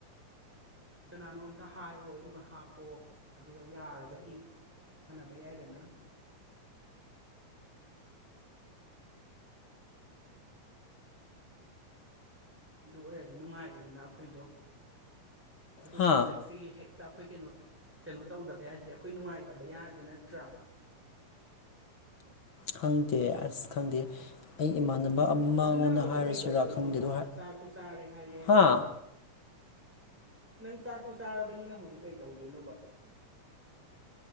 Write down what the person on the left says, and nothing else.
ꯍꯥ
ꯈꯪꯗꯦ ꯑꯁ ꯈꯪꯗꯦ ꯑꯩ ꯏꯃꯥꯟꯅꯕ ꯑꯃꯉꯣꯟꯗ
ꯍꯥꯏꯔꯁꯤꯔꯥ
ꯈꯪꯗꯦ ꯑꯗꯨ
ꯍꯥ